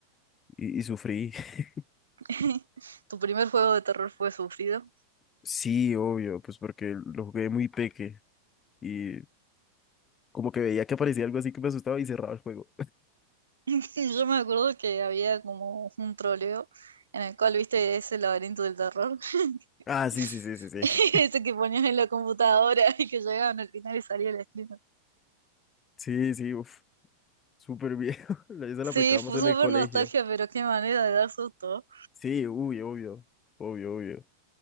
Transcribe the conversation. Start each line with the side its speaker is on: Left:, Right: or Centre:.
Left: y, y sufrí. <laughs>
Right: <laughs> Tu primer juego de terror fue sufrido.
Left: Sí, obvio, pues porque lo jugué muy peque y como que veía que aparecía algo así que me asustaba y cerraba el juego.
Right: <laughs> Yo me acuerdo que había como un troleo en el cual viste ese laberinto del terror.
Left: Ah, sí,
Right: <laughs>
Left: sí, sí, sí, sí.
Right: Ese que ponías en la computadora y que llegaban al final y salía el screen.
Left: Sí, sí, uff, súper viejo. <laughs> Eso
Right: Sí,
Left: lo aplicábamos
Right: fue
Left: en
Right: súper
Left: el colegio.
Right: nostalgia, pero qué manera de dar susto.
Left: Sí, uy, obvio, obvio, obvio.